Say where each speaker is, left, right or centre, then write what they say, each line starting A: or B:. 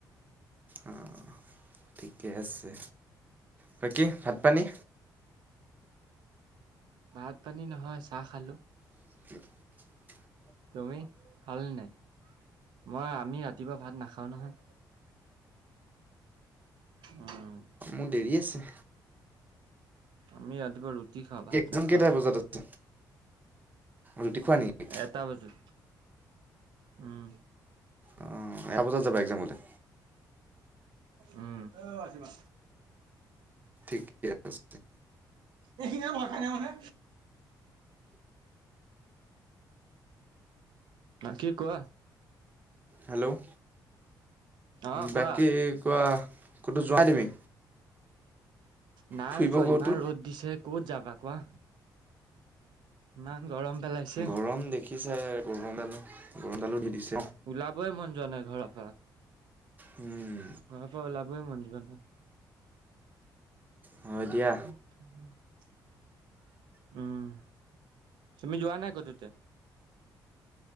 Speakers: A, on the right (about 25°); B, on the right (about 75°).
A: অ', ঠিকে আছে। বাকী ভাত পানী?
B: ভাত পানী নহয় চাহ খালো।
A: ক <inaudible>
B: তুমি খালানে নাই? মই আমি ৰাতিপুৱা ভাত নাখাওঁ নহয়। উম
A: মোৰ দেৰি আছে।
B: আমি ৰাতিপুৱা ৰুটি খাওঁ ভাত
A: এক্সাম
B: নাখাওঁ।
A: কেইটা বজাত আছে ৰুটি খোৱা নেকি?
B: এটা বজাত উম।
A: আহ এ বজাত যাবা একজামলৈ?
B: উম <unintelligible>
A: ঠিকে আছে।
B: এইখিনিয়ে ভই খাইনে মানে? ন কি কোৱা?
A: হেল্ল'
B: অ কোৱা
A: বাকী কোৱা ক'তো যোৱাই তুমি?
B: নাই
A: ফুৰিব
B: যোৱা
A: গ'তো
B: ইমান ৰ'দ দিছে ক'ত যাবা কোৱা। ইমান গৰম। পেলাইছে
A: গৰম দেখিছাই গৰমডাল গৰমডালো দি দিছে।
B: ওলাবই মন যোৱা নাই ঘৰৰ পৰা।
A: উম।
B: ঘৰৰ পৰা ওলাবই মন যোৱা নাই।
A: হয় দিয়া
B: আহ অ'। উম, তুমি যোৱা নাই কতো এতিয়া?